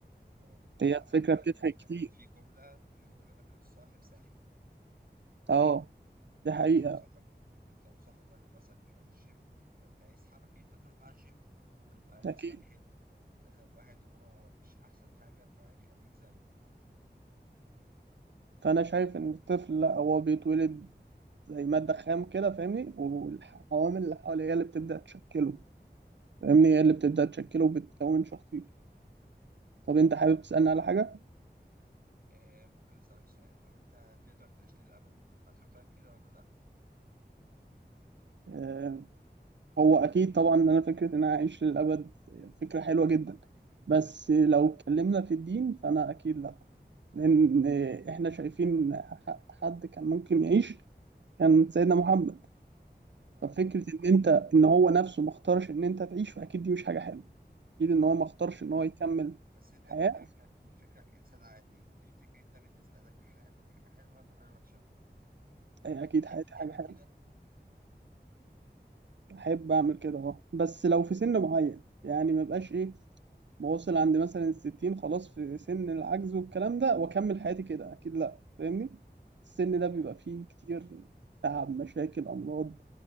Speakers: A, on the right; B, on the right.
A: اه مع
B: هي الفكره
A: رأيي
B: بتفرق
A: إن
B: كتير
A: في جملة في جملة بيقول لك الصاحب ساحب
B: اه دي
A: يعني
B: حقيقه
A: أنت لو صاحب أنت لو صاحب واحد مثلا بيروح الجيم فأنت هيسحبك إن أنت تروح مع الجيم ويبقى جسمك
B: اكيد
A: حلو لو واحد هو مش أحسن حاجة فهيخليك زيه
B: فانا شايف ان الطفل لا هو بيتولد زي ماده خام كده فاهمني والعوامل اللي حواليه هي اللي بتبدا تشكله فاهمني هي اللي بتبدا تشكله وبتكون شخصيته طب انت حابب تسالني على حاجه
A: آه ممكن أسألك سؤال لو أنت هتقدر تعيش للأبد هتختار كده ولا لأ؟
B: آه، هو اكيد طبعا ان انا فكره ان انا اعيش للابد فكره حلوه جدا بس لو اتكلمنا في الدين فانا اكيد لا لان احنا شايفين ح- حد كان ممكن يعيش كان سيدنا محمد
A: اه
B: ففكره ان انت ان هو نفسه ما اختارش ان انت تعيش فاكيد دي مش حاجه حلوه اكيد ان هو ما اختارش
A: بس
B: ان هو يكمل
A: بس أنت
B: حياه
A: من فكرك من فكرك إنسان عادي تفتكر أنت بالنسبة لك حياتك حاجة حلوة ولا حاجة وحشة؟ أو
B: اكيد
A: أنت تحب
B: حياتي
A: تعمل
B: حاجه حلوه
A: كده؟
B: احب اعمل كده اه بس لو في سن معين يعني ما بقاش ايه واوصل عند مثلا الستين خلاص في سن العجز والكلام ده واكمل حياتي كده اكيد لا فاهمني السن ده بيبقى فيه كتير تعب مشاكل امراض